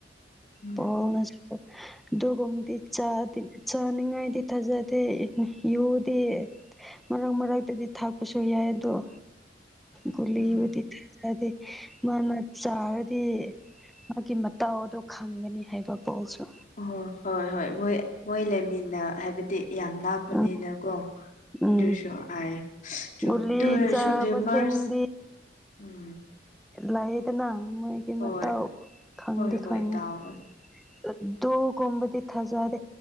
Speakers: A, on the left; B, in the centre.
A: ꯎꯝ
B: ꯄꯑꯦꯅꯁ
A: <inaudible>
B: ꯑꯗꯨꯒꯨꯝꯕꯗꯤ ꯆꯥꯗꯤ ꯆꯥꯅꯤꯡꯉꯥꯏꯗꯤ ꯊꯥꯖꯗꯦ <unintelligible> ꯌꯨꯗꯤ ꯃꯔꯛ ꯃꯔꯔꯛꯇꯗꯤ ꯊꯥꯛꯄꯁꯨ ꯌꯥꯏꯗꫭ ꯒꯨꯜꯂꯤꯕꯨꯗꯤ
A: ꯎꯝ
B: ꯑꯗꯤ ꯃꯥꯅ ꯆꯥꯔꯗꯤ ꯃꯥꯒꯤ ꯃꯇꯥꯎꯗꯣ ꯈꯪꯒꯅꯤ ꯍꯥꯏꯕ ꯀꫭꯜꯁꯨ꯫
A: ꯑꯣꯍꫭ ꯍꯣꯏ ꯍꯣꯏ ꯃꯣꯏ ꯃꯣꯏ ꯂꯩꯃꯤꯟꯅ ꯍꯥꯏꯕꯗꯤ ꯌꯥꯝ ꯅꯥꯛꯄꯅꯤꯅꯀꯣ꯫
B: ꯎꯝ ꯎꯝ
A: ꯗꯨꯁꯨ ꯍꯥꯏ <unintelligible> ꯆꯨꯝ
B: ꯒꯨꯂꯤ
A: ꯗꯨ ꯑꫭꯏꯔꯁꯨ
B: ꯆꯥꯕꯁꯤꯡꯗꯤ
A: ꯔꯨꯃꯔꯁ ꯎꯝ꯫
B: ꯂꯩꯌꯦꯗꯅ ꯃꯣꯏꯒꯤ
A: ꯍꯣꯏ
B: ꯃꯇꯥꯎ ꯈꯪꯗꯤ
A: ꯍꯣꯏ ꯍꯣꯏ
B: ꯈꯪꯉꯦ꯫
A: ꯇꯥꯎ
B: ꯑꯗꯨꯒꯨꯝꯕꯗꯤ ꯊꯖꯥꯗꯦ